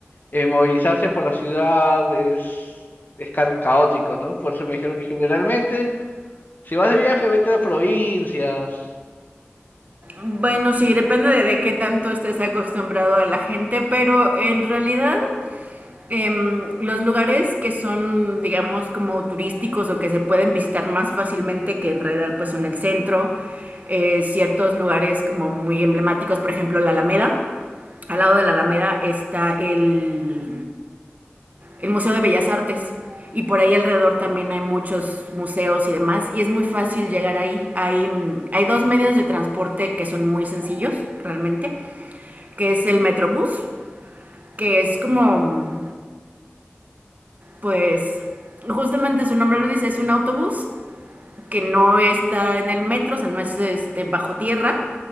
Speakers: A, on the left; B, on the right.
A: eh, movilizarse por la ciudad es, es ca- caótico, ¿no? Por eso me dijeron que generalmente, si vas de viaje, vete a las provincias.
B: Bueno, sí, depende de, de qué tanto estés acostumbrado a la gente, pero en realidad Em, los lugares que son, digamos, como turísticos o que se pueden visitar más fácilmente que en realidad pues son el centro, eh, ciertos lugares como muy emblemáticos, por ejemplo la Alameda. Al lado de la Alameda está el, el Museo de Bellas Artes y por ahí alrededor también hay muchos museos y demás y es muy fácil llegar ahí. Hay, mm, hay dos medios de transporte que son muy sencillos realmente, que es el Metrobús, que es como... mm, pues justamente su nombre lo dice, es un autobús que no está en el metro, o sea, no es este, bajo tierra